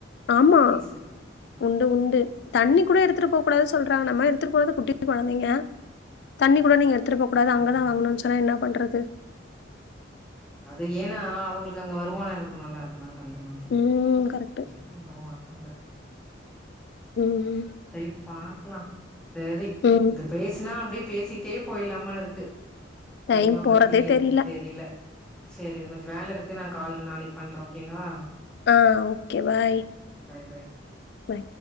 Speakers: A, on the left (about 55°); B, in the centre.
A: ஆமா
B: ஃபீஸ் இருக்கு ம்
A: உண்டு உண்டு தண்ணி கூட எடுத்துட்டு போவ் கூடாது சொல்றாங்க நம்ம எடுத்துட் போறது குட்டிகுட்டி கொழந்தைங்க தண்ணி கூட நீங்க எடுத்துட்டு போ கூடாது
B: அப்படியா
A: அங்கதா வாங்ணுன் சொன்னா இன்ன பண்றது
B: அது ஏனா அவுங்ளுக்கு அங்க வருமான இருக்குணுல அதனால அந்த மாதிரி
A: ம் கரட்
B: திரும்பவு வர்தில்ல
A: ம் ம்
B: செரி பாக்கிலா செரி
A: ம்.
B: இந்த பேச்னா அப்டியே பேசிக்கிட்டே போய்ட்லா போல இருக்கு சினிமா
A: டைம் போறதே
B: பத்தி எது
A: தெரியல.
B: தெரியில செரி இன்னு கொஞ்ச வேல இருக்கு நா கால் நாளைக் பண்றே ஓகேங்களா
A: ஆ ஓகே பாய்
B: பை பை
A: பாய்.